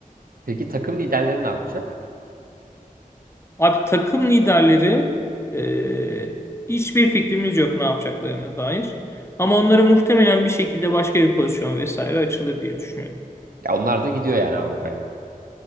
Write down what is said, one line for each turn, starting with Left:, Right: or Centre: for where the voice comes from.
Right: Peki takım liderleri ne yapacak?
Left: Abi takım liderleri e, hiçbir fikrimiz yok ne yapacaklarına dair. Ama onları muhtemelen bir şekilde başka bir pozisyon vesaire açılır diye düşünüyorum.
Right: Ya onlar da gidiyor yani Avrupa'ya.